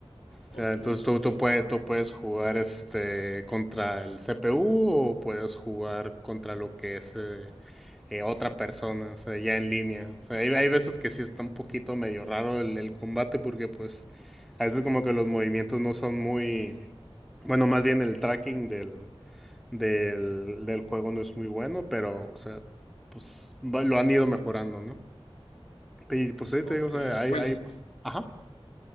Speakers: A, in the centre; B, on the left.
A: O
B: ok,
A: sea, entonces tú,
B: ok,
A: tú puedes, tú puedes jugar este contra el CPU o puedes jugar contra lo que es eh, eh, otra persona, o sea, ya en línea. O sea, hay, hay veces que sí está un poquito medio raro el, el combate porque pues a veces como que los movimientos no son muy, bueno, más bien el tracking del, del, del juego no es muy bueno, pero, o sea, pues va- lo han ido mejorando, ¿no? Y pues sí,
B: ok.
A: te digo, o sea, hay,
B: Pues,
A: hay, ajá.